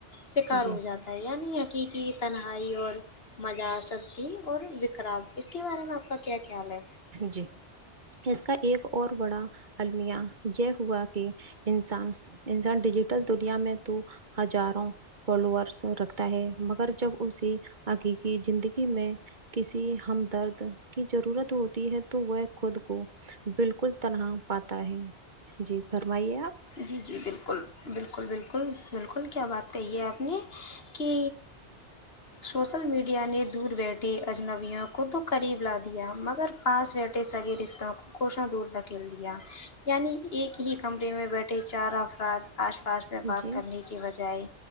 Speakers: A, on the left; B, on the right.
A: شکار
B: جی
A: ہو جاتا ہے یعنی حقیقی تن ائی اور <unintelligible> اس کے بارے میں آپ کا کیا خیال ہے
B: جی اس کا ایک اور بڑا المیہ یہ ہوا کہ انسان انسان ڈیجیٹل دنیا میں تو ہزاروں فالوورس رکھتا ہے مگر جب اسے حقیقی زندگی میں کسی ہمدرد کی ضرورت ہوتی ہے تو وہ خود کو بالکل تنہا پاتا ہے جی فرمائیے آپ
A: جی جی بالکل بالکل بالکل بالکل کیا بات کہی ہے آپ نے کہ سوشل میڈیا نے دور بیٹھے اجنبیوں کو تو قریب لا دیا مگر پاس بیٹھے سگے رشتوں کو کشوں دور دھکیل دیا یعنی ایک ہی کمرے میں بیٹھے چار افراد آس پاس میں بات
B: جی
A: کرنے کے بجائے